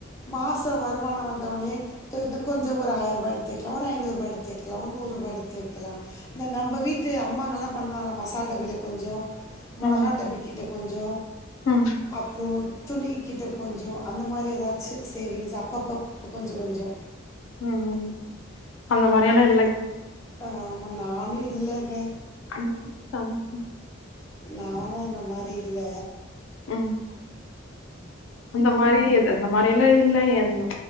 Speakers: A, on the left; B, on the left.
A: மாச வருமான வந் வந்த உடனே தோ இது கொஞ்ச ஒரு ஆயிர ரூபா எடுதுவெகலா ஒரு ஐநூறு ரூபா எடுதுவெகலா ஒருனூறுபா எடுதுவெகலா நா நம வீடு அம்மாங்க எல்லா பணுவாங்கள மசா சால் டபியில கொஞ்ச மொளகாடபிக்கிட்ட
B: ம்
A: கொஞ்ச
B: ம்
A: அப்புறோ துணி கிட்ட கொஞ்ச அந்த மாரி ஏதாச்சு சேவிங்ஸ் அ அப்பப் கொஞ்சோ கொஞ்சோ
B: ம் ம் ம் அந்த மாரி எல்லா இல்லைங்
A: ஆ ஆமா நானு இல்லலைங்க
B: அ <unintelligible>
A: நானு அந்த மாரி இல்ல
B: ம் அந்த மாரி இது அந்த மாரி எல்லா எது இல்லங்க ம்